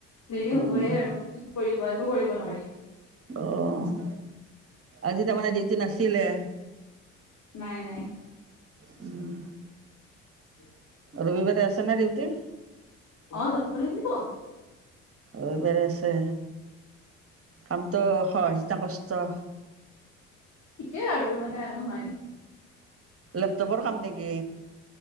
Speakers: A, on the left; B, on the right.
A: দেৰি
B: উম
A: হবয়ে আৰু কি কৰিবা ত কৰিব নোৱাৰি।
B: অহ আজি তাৰমানে ডিউটি নাচ চিলে?
A: নাই নাই।
B: উম।
A: <inaudible>
B: ৰবিবাৰে আছে নে দিউটি?
A: অঁ যাব লাগিব।
B: ৰবিবাৰে আছে কামটো সহজ না কষ্ট?
A: ঠিকেই আৰু ইমানে নহয়
B: লেপটপৰ কাম নেকি?